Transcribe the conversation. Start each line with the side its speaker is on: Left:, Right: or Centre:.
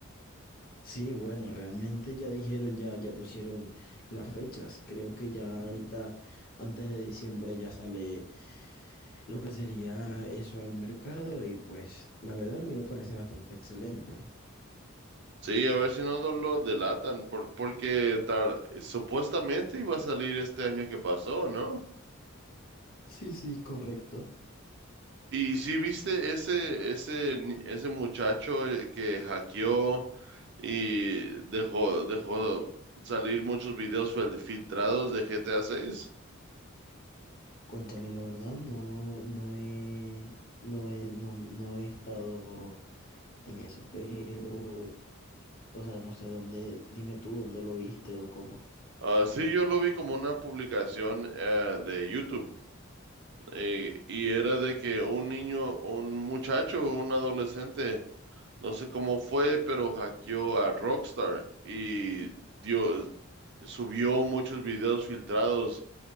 Left: Sí, bueno, realmente ya dijeron, ya, ya pusieron las fechas. Creo que ya ahorita, antes de diciembre, ya sale lo que sería eso al mercado y pues la verdad a mí me parece bastante excelente.
Right: Sí, a ver si no lo lo delatan, por- porque tar- supuestamente iba a salir este año que pasó, ¿no?
Left: Sí, sí, correcto.
Right: Y si viste ese, ese, ni- ese muchacho eh, que hackeó y dejó, dejó salir muchos videos fel- filtrados de GTA 6.
Left: Contarle la verdad, no, no he, no he, no, no he estado en eso, pero, o sea, no sé dónde, dime tú dónde lo viste o cómo.
Right: Ah, sí, yo lo vi como una publicación eh, de YouTube eh, y era de que un niño, un muchacho, un adolescente, no sé cómo fue, pero hackeó a Rockstar y dio, subió muchos videos filtrados